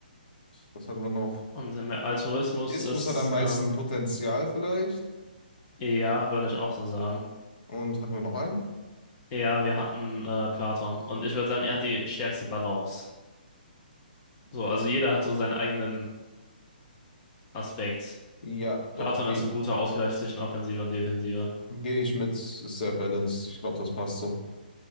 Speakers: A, on the left; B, on the left.
A: was hatten wir noch?
B: und im Altruismus
A: Istus
B: ist,
A: hat am meisten
B: ähm,
A: Potenzial vielleicht.
B: ja, würde ich auch so sagen.
A: Und hatten wir noch einen?
B: Ja, wir hatten äh, Platon und ich würde sagen, er hat die stärkste Balance. So, also jeder hat so seinen eigenen Aspekt.
A: Ja, doch,
B: Platon
A: gehe
B: ist ein
A: geh
B: guter Ausgleich zwischen Offensive und Defensive.
A: geh ich mit, ist sehr balanced. Ich glaube, das passt so.